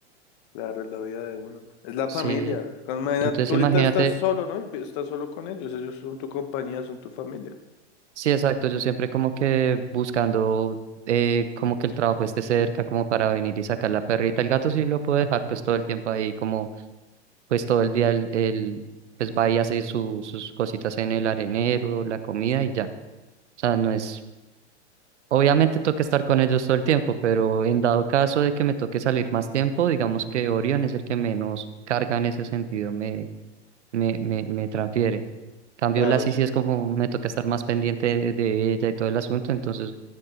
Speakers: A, on the left; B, on the right.
A: Claro, es la vida de uno. Es la
B: Sí.
A: familia. Con- Imagina,
B: Entonces
A: tú
B: imagínate,
A: ahorita estás solo, ¿no? Y vi- estás solo con ellos. Ellos son tu compañía, son tu familia.
B: sí, exacto, yo siempre como que buscando eh, como que el trabajo esté cerca, como para venir y sacar la perrita. El gato sí lo puedo dejar pues todo el tiempo ahí, como pues todo el día él, él, pues va y hace su- sus cositas en el arenero, la comida y ya. O sea, no es, obviamente toca estar con ellos todo el tiempo, pero en dado caso de que me toque salir más tiempo, digamos que Orion es el que menos carga en ese sentido me, me, me transfiere. Cambio
A: Claro,
B: la sí
A: sí.
B: sí es como me toca estar más pendiente de, de ella y todo el asunto, entonces